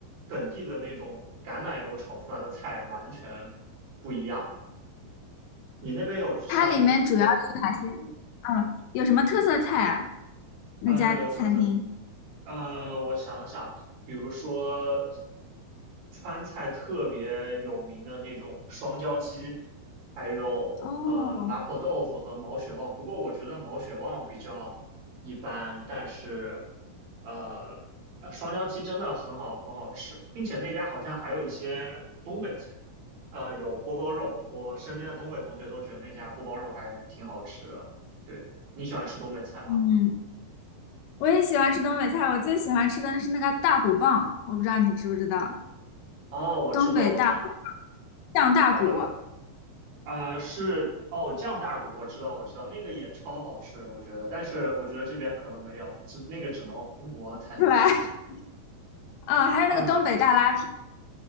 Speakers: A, on the right; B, on the left.
A: 本地的那种橄榄油炒出来的菜完全不一样。你那边有香有
B: 它里面主要有哪些？嗯，有什么特色菜啊？那家餐厅？
A: 呃有特色呃，我想想，比如说川菜特别有名的那种双椒鸡，还有呃麻婆豆腐和毛血旺。
B: 哦，
A: 不过我觉得毛血旺比较一般，但是呃呃双椒鸡真的很好很好吃，并且那家好像还有一些东北菜，呃有锅包肉，我身边的东北同学都觉得那家锅包肉还挺好吃的。对，你喜欢吃东北菜吗？
B: 嗯。我也喜欢吃东北菜，我最喜欢吃的是那个大骨棒，我不知道你知不知道，
A: 哦，我知道，
B: 东北大骨
A: 我知道。
B: 酱大骨
A: 呃。啊，是哦，酱大骨我知道，我知道，那个也超好吃，我觉得，但是我觉得这边可能没有，只那个只能回国才能吃
B: 出来，<laughs> 嗯，还有那个东北大拉皮。
A: 啊。